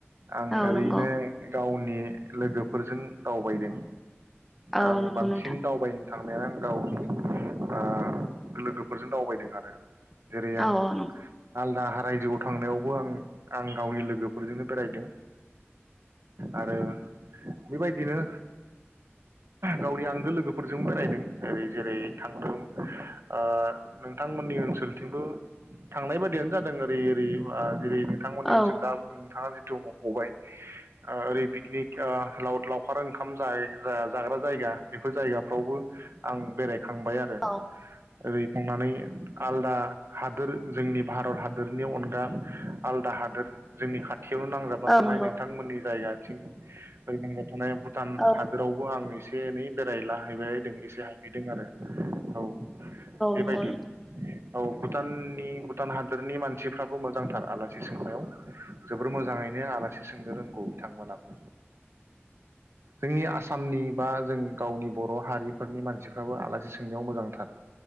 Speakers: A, on the right (about 70°); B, in the centre.
A: आं
B: औ
A: ओरैनो
B: नंगौ
A: गावनि नि लोगोफोरजों दावबायदों।
B: औ
A: आं
B: नंगौ
A: बांसिन
B: नोंथां
A: दावबायनो थांनायानो आं गावनि ओ लोगो फोरजों दावबायदों आरो। जेरै आं
B: औ औ नंगौ
A: आलदा रायजोआव थांनायावबो आं आं गावनि लोगोफोरजोंनो बेरायदों आरो बेबायदिनो गावनि आंगो लोगोफोरजों बेरायदों ओरै जेरै थांदों ओर नोंथांमोननि ओनसोलथिंबो थांनाय बायदियानो जादों ओरै ओरै जेरै नोंथांमोननि
B: औ
A: ओनसोल दा नोंथाङा जिथु ओरै पिकनिक ओ लाव लावखार ओंखाम जाय जाग्रा जायगा बेफोर जायगाफ्रावबो आं बेराय खांबाय आरो।
B: औ
A: ओरै थांनानै आलदा हादोर जोंनि भारत हादोरनि अनगा आलदा हादोर जोंनि खा थिआवनो नांजाबाथानाय
B: औ नंगौ
A: नोंथांमोननि जायगा । <inaudible> माने भुटान
B: औ
A: हादोरावबो आं एसे एनै। बेरायलाहैबायदों एसे हाबहैदों आरो औ। बेबायदि।
B: नंगौ
A: औ भुटाननि भुटान हादोरनि मानसिफ्राबो मोजांथार आलासि सोंनायाव जोबोर मोजाङैनो आलासि सोंनो रोंगौ बिथांमोनाबो जोंनि आसामनि बा जों गावनि बर' हारिफोरनि मानसिफ्राबो आलासि सोंनायाव मोजांथार।